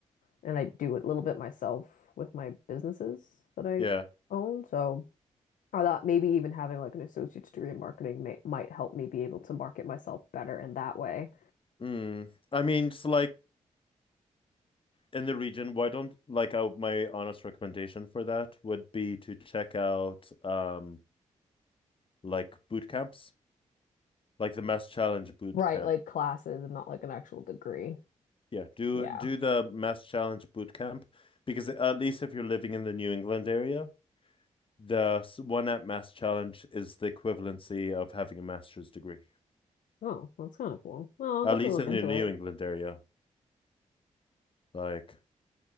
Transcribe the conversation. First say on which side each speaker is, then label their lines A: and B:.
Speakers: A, on the left; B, on the left.
A: and I do it a little bit myself with my businesses that I
B: yeah.
A: own. So I thought maybe even having like an associate's degree in marketing may, might help me be able to market myself better in that way.
B: Mm. I mean, it's like in the region, why don't like I, my honest recommendation for that would be to check out um like boot camps, like the Mass Challenge boot
A: Right,
B: camp.
A: like classes and not like an actual degree.
B: Yeah, do
A: Yeah.
B: do the Mass Challenge boot camp because at least if you're living in the New England area, The one at mass challenge is the equivalency of having a master's degree,
A: Oh, that's kind of cool. Well, I'll
B: at
A: definitely
B: least
A: look
B: in
A: into
B: the New
A: it.
B: England area. Like,